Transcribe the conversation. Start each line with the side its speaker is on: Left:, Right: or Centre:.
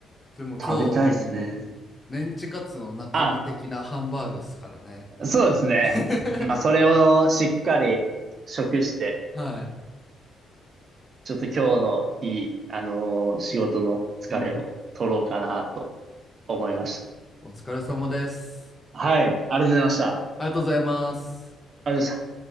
Left: でも今日はもう、
Right: 食べたいですね。
Left: メンチカツの中身的なハンバーグっすからね。
Right: あ、そうですね。
Left: <laughs>
Right: まあ、それをしっかり食して、
Left: はい。
Right: ちょっと今日のいい、あのー仕事の疲れを取ろうかなと
Left: うん。
Right: 思いました。
Left: いや、お疲れ様です。
Right: はい、ありがとうございました。あ
Left: ありがとうございます。
Right: りがとうございました。